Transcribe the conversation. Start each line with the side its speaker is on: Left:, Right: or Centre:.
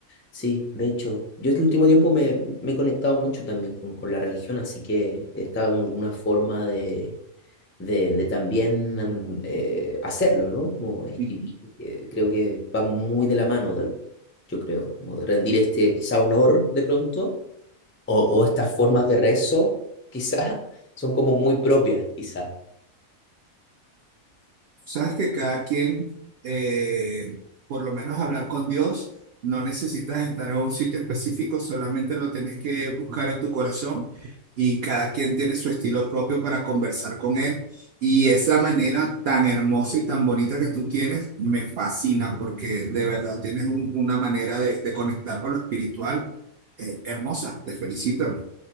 Left: Sí, de hecho, yo este último tiempo me, me he conectado mucho también con, con la religión, así que he estado en alguna forma de, de, de también am, eh, hacerlo, ¿no? Como escribir,
Right: Ujú.
Left: eh, creo que va muy de la mano, del, yo creo, como de rendir este quizá honor de pronto, o, o estas formas de rezo, quizá, <laughs> son como muy propias, quizá.
Right: Sabes que cada quien, eh, por lo menos hablar con Dios, no necesitas estar a un sitio específico, solamente lo tienes que buscar en tu corazón y cada quien tiene su estilo propio para conversar con Él. Y esa manera tan hermosa y tan bonita que tú tienes me fascina porque de verdad tienes un- una manera de, de conectar con lo espiritual, eh, hermosa. Te felicito, hermano.